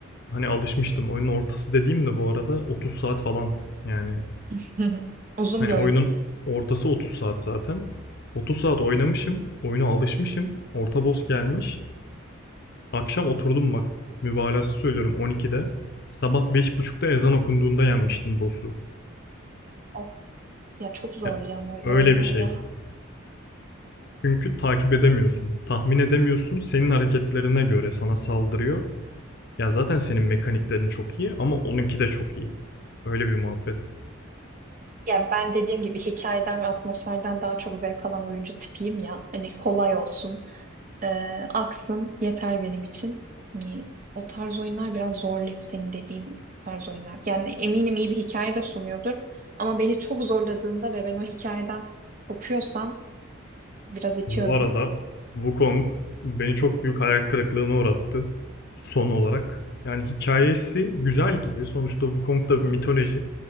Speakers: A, on the left; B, on the right.
A: hani alışmıştım. Oyunun ortası dediğim de bu arada 30 saat falan yani
B: <laughs> Hı hı. Uzun
A: Hani
B: bir
A: oyunun
B: oyun.
A: ortası 30 saat zaten. 30 saat oynamışım. Oyuna alışmışım. Orta boss gelmiş. Akşam oturdum bak. Mübalağası söylüyorum 12'de. Sabah beş buçukta ezan okunduğunda yenmiştim boss'u.
B: Of ya çok zorluyor
A: Ya,
B: ama öyle
A: öyle
B: oyunlar
A: bir şey.
B: ya.
A: Çünkü takip edemiyorsun. Tahmin edemiyorsun. Senin hareketlerine göre sana saldırıyor. Ya zaten senin mekaniklerin çok iyi ama onunki de çok iyi. Öyle bir muhabbet.
B: Ya ben dediğim gibi hikayeden ve atmosferden daha çok zevk alan oyuncu tipiyim ya. Hani kolay olsun, e, aksın yeter benim için. Hani o tarz oyunlar biraz zorluyor senin dediğin tarz oyunlar. Yani eminim iyi bir hikaye de sunuyordur. Ama beni çok zorladığında ve ben o hikayeden kopuyorsam biraz itiyor
A: Bu
B: beni.
A: arada Wukong beni çok büyük hayal kırıklığına uğrattı son olarak. Yani hikayesi güzel gibi. Sonuçta Wukong da bir mitoloji.